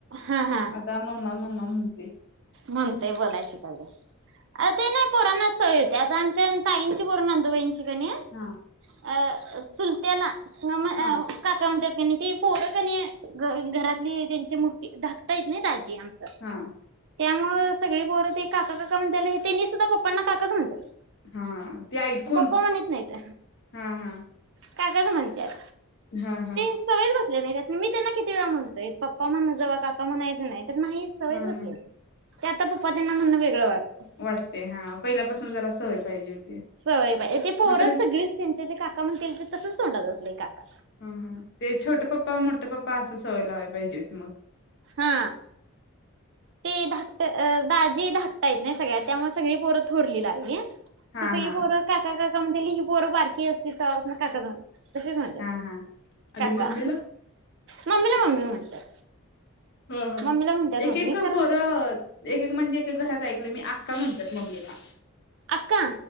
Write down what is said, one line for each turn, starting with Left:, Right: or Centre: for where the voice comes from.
Right: हा हा
Left: आता मम्मा मम्मा म्हणतोय.
Right: म्हणतेय बोलायच तेवढं अ ते नाही पोरांना अस सवय होत्या आता आमच्या ताईंची पोरं नंदूबाईंची कणी
Left: हा
Right: अं चुलत्याला हं म
Left: हा
Right: अं काका म्हणत्यात कणी ती पोरं कणी घरातली त्यांची मोठी धाकटं हाईत नाही दाजी आम चं
Left: हा
Right: त्यामुळं सगळी पोरं ते काका काका म्हणत्याली त्यांनी सुद्धा पप्पांना काकाच म्हणत्यात.
Left: हा ते ऐकून
Right: पप्पा म्हनित नाहीत
Left: हा हा
Right: काकाचं म्हणत्यात.
Left: हा हा
Right: सवयचं बसल्या नाही त्यास्नी मी त्यांना किती वेळा म्हणतोय पप्पा म्हणत जावा काका म्हणायचं नाही तर नाहीच सवयच
Left: हा
Right: बसल्या
Left: हा
Right: ती आता पप्पा त्यांना म्हनणं वेगळं वाटतं.
Left: वाटते हा पहिल्यापासून जरा सवय पाहिजे होती.
Right: सवय पाये ती पोरं
Left: मात्र
Right: सगळीच त्यांच्यातली काका म्हणत्याली ते तसंच तोंडात बसलंय काका
Left: हा हा ते छोटं पप्पा मोठं पप्पा असं सवय लावाय पाहिजे होती मग
Right: हा ते धाकट दाजी धाकटं आहेत नाही सगळ्यात त्यामुळे सगळी पोरं थोरली लागली.
Left: हा
Right: ती सगळी
Left: हा
Right: पोरं काका काका म्हणतेली ही पोरं बारकी असती तवा पास्नं काकाचं म्हणं तसंच म्हणतात
Left: हा हा आणि
Right: काका
Left: मम्मीला
Right: मम्मी ला मम्मीचं म्हणतात.
Left: हा हा
Right: मम्मीला म्हणतात
Left: एकेक
Right: मम्मी खरं
Left: पोरं एकेक म्हणजे एकेक घरात ऐकले मी आक्का म्हणतात मम्मीला
Right: आक्का?